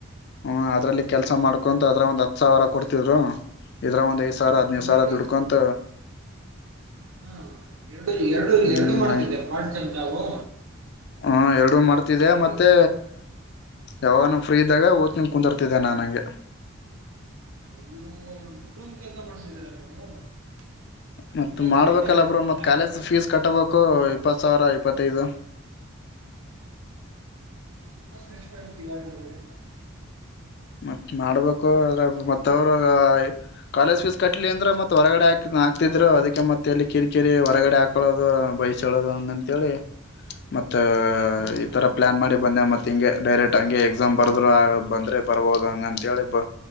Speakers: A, on the left; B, on the right.
A: ಹ್ಮ ಅದ್ರಲ್ಲಿ ಕೆಲ್ಸ ಮಾಡ್ಕೊಂತ ಅದ್ರಾಗ್ ಒಂದ್ ಹತ್ತ ಸಾವಿರ ಕೊಡ್ತಿದ್ರು ಇದ್ರಗ ಒಂದ್ ಐ ಸಾವ್ರಾ ಹದನೈದ ಸಾವ್ರಾ
B: ಮೆಡಿಕಲ್
A: ದುಡ್ಕೊಂತ
B: ಹಾ ಎರಡು ಎರಡು ಎರಡು
A: ಹ್ಮ್
B: ಮಾಡ್ತಿದ್ದೆ ಪಾರ್ಟ್ ಟೈಮ್ ಜಾಬು
A: ಹಾ ಎರಡು ಮಾಡ್ತಿದ್ದ
B: ಮೆಡಿಕಲ್
A: ಮತ್ತೆ ಯಾವಾಗ ನಮ್ಗ ಫ್ರೀ ಇದ್ದಾಗ
B: ಹಾ
A: ಓದ್ಕೊಂತ ಕುಂತರ್ತಿದ್ದೆ ನಾನಂಗೆ
B: ಅಯ್ಯೋ ಅಷ್ಟೊಂದು ಕೆಲಸ ಮಾಡ್ತಿದ್ದೀರ ನೀವು
A: ಮತ್ತ್
B: ನೀವೇ
A: ಮಾಡ್ಬೇಕಲ್ಲ
B: ಗ್ರೇಟೆ
A: ಬ್ರೋ ಮತ್ತ
B: I am
A: college
B: a great
A: fees ಕಟ್ಟಬೇಕು ಇಪ್ಪತ್ ಸಾವಿರ ಇಪ್ಪತ್ತೈದು
B: next time T A rally ಹೊಡಿರಿ. <inaudible>
A: ಮತ್ತ್ ಮಾಡ್ಬೇಕು ಅದ್ರಗ್ ಮತ್ತ ಅವರು ಕಾಲೇಜ್ ಫೀಸ್ ಕಟ್ಲಿ ಅಂದ್ರ ಮತ್ತ ಹೊರಗಡೆ ಹಾಕ್ ಹಾಕ್ತಿದ್ರು ಅದಕ್ಕೆ ಮತ್ತ ಎಲ್ಲಿ ಕಿರಿಕಿರಿ ಹೊರಗಡೆ ಹಾಕೊಳ್ಳೋದು ಬೈಸ್ಕೊಳೋದು ಹಂಗಂತಹೇಳಿ ಮತ್ತ
B: ಹ್ಮ್
A: ಈ ಥರ ಪ್ಲ್ಯಾನ್ ಮಾಡಿ ಬಂದೆ ಮತ್ತ ಹಿಂಗೆ ಡೈರೆಕ್ಟ್ ಹಂಗೆ ಎಕ್ಸಾಮ್ ಬರೆದ್ರು ಆ ಬಂದ್ರೆ ಬರ್ಬೋದ ಹಂಗ ಅಂತ ಹೇಳಿ ಬ